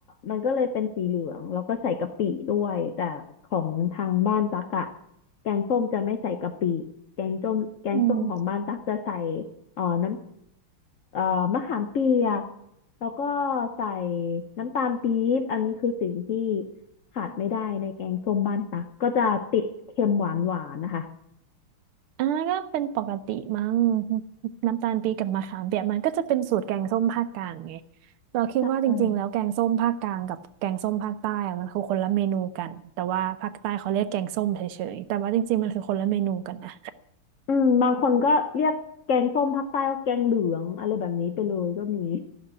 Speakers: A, on the left; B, on the right.
A: มันก็เลยเป็นสีเหลืองแล้วก็ใส่กะปิด้วยแต่ของทางบ้านตักอะแกงส้มจะไม่ใส่กะปิแกงส้มแกงส้มของบ้านตักจะใส่
B: อืม
A: เออน้ำเออมะขามเปียกแล้วก็ใส่น้ำตาลปี๊บอันนี้คือสิ่งที่ขาดไม่ได้ในแกงส้มบ้านตักก็จะติดเค็มหวานหวานนะคะ
B: อันก็เป็นปกติมั้งน้ำตาลปี๊บกับมะขามเปียกมันก็จะเป็นสูตรแกงส้มภาคกลางไงเราคิดว่าจริงๆแล้วแกงส้มภาคกลางกับแกงส้มภาคใต้อะมันคือคนละเมนูกันแต่ว่าภาคใต้เขาเรียกแกงส้มเฉยๆแต่ว่าจริงๆมันคือคนละเมนูกันนะ
A: ใช่ อืมบางคนก็เรียกแกงส้มภาคใต้ว่าแกงเหลืองอะไรแบบนี้ไปเลยก็มี